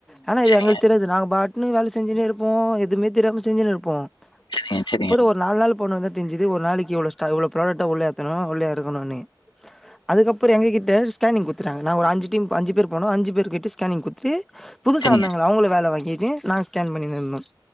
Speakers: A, in the centre; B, on the left.
A: ஆனா இது
B: சரிங்க,
A: எங்களுக்கு தெரியது நாங்க பாட் ட்னு வேல செஞ்சினே இருப்போம் எதுவுமே தெரியாம செஞ்சினே இருப்போம்
B: சரிங்க, சரிங்க,
A: அப்புறம் ஒரு நாலு நாள் போண தா தெஞ்சது ஒரு நாளைக்கு எவ்வளௌ ஸ்டாக் உள்ளேத்தணும் உள்ள எறக்கணும்னு அதுக்கப்புறம் எங்ககிட்ட ஸ்கேனிங் கொத்துடாங்க நா ஒரு அஞ்சி டீம் அஞ்சி போனம் அஞ்சி பேர்கிட்டயு ஸ் கேனிங் கொடுத்துட்டு புது
B: சரிங்க.
A: வந்தங்க அவங்கள வேல வாங்கிட்டு நாங்கள் ஸ்கேன் பண்ணிந்தோம்